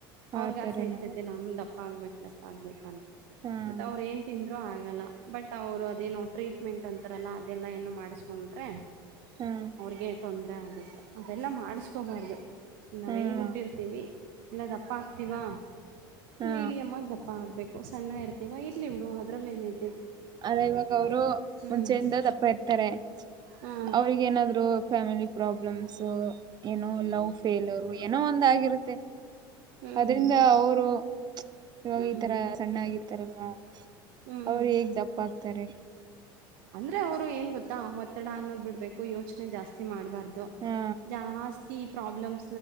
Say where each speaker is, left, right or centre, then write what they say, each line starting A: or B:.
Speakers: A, on the right; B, on the right.
A: ಅವ್ರಗ್
B: ಆತರನಾ
A: ಆಸೆ ಇರ್ತತೆ ನಾನು ದಪ್ಪ ಆಗ್ಬೇಕಕ್ ದಪ್ಪ ಆಗ್ಬೇಕಂತ
B: ಹ್ಮ್
A: ಬಟ್ ಅವ್ರ ಏನ್ ತಿಂದ್ರು ಆ ಆಗಲ್ಲ ಬಟ್ ಅವ್ರು ಅದೇನೋ ಟ್ರೀಟ್ಮೆಂಟ್ ಅಂತಾರಲ್ಲ ಅದೆಲ್ಲ ಏನು ಮಾಡಿಸ್ಕೊಂಡ್ರೆ
B: ಹ್ಮ್
A: ಗೆ ತೊಂದರೆ ಆಗುತ್ತೆ ಅದೆಲ್ಲ ಮಾಡಿಸ್ಕೋಬಾರ್ದು ನಾವವು
B: ಹ್ಮ್ ಹಾ
A: ಹೆಂಗ್ ಉಟ್ಟಿರ್ತೀವಿ ಎಲ್ಲ ದಪ್ಪ ಹಾಕ್ತಿವಾ
B: ಹಾ
A: ಮೀಡಿಯಮ್ ಆಗ ದಪ್ಪ ಹಾಕ್ಬೇಕು ಸಣ್ಣ ಇರ್ತವ ಇರ್ಲಿ ಬಿಡು ಅದ್ರಲ್ಲಿ ಏನೈತೆ
B: ಅದ ಇವಾಗ ಅವರು
A: ಹ್ಮ್
B: ಮುಂಚೆಯಿಂದ ತಪ್ಪ ಇರ್ತಾರೆ
A: ಹಾ
B: ಅವ್ರಗ ಏನಾದ್ರು ಫ್ಯಾಮಿಲಿ ಪ್ರಾಬ್ಲಮ್ಸ್ ಏನೋ ಲವ್ ಫೇಲ್ರ್ ಏನೋ ಒಂದ ಆಗಿರುತ್ತೆ
A: ಹ್ಮ್
B: ಅದ್ರಿಂದ ಅವರು ಇವಾಗ
A: ಹ್ಮ್
B: ಈ ತರ ಸಣ್ಣಾಗಿರ್ತಾರಲ್ವಾ
A: ಹ್ಮ್
B: ಅವ್ರು ಹೇಗ್ ದಪ್ಪ ಆಕ್ತಾರೆ
A: ಅಂದ್ರೆ ಅವ್ರು ಏನ್ ಗೊತ್ತಾ ಒತ್ತಡ ಅನ್ನೋದ್ ಬಿಡ್ಬೇಕು ಯೋಚನೆ ಜಾಸ್ ಮಾಡಬಾರ್ದ
B: ಹಾ
A: ಜಾಸ್ತಿ ಪ್ರಾಬ್ಲಮ್